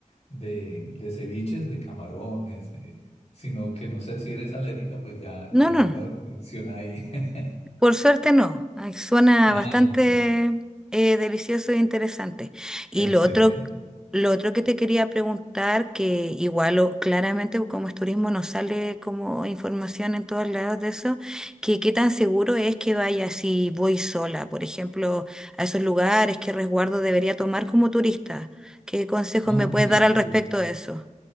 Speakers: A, on the left; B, in the centre.
A: de, de ceviches, de camarones, de, sino que no sé si eres alérgica, pues ya,
B: No,
A: ya habría
B: no. no.
A: una restricción ahí. <laughs>
B: Por suerte no, Ay, suena
A: Ah,
B: bastante
A: no.
B: eh, delicioso e interesante. Y
A: Excelente.
B: lo otro, lo otro que te quería preguntar, que igual o- claramente como es turismo no sale como información en todos lados de eso, que qué tan seguro es que vaya si voy sola, por ejemplo, a esos lugares, qué resguardo debería tomar como turista, qué consejos
A: No,
B: me
A: mira,
B: puedes dar al
A: eh,
B: respecto de eso.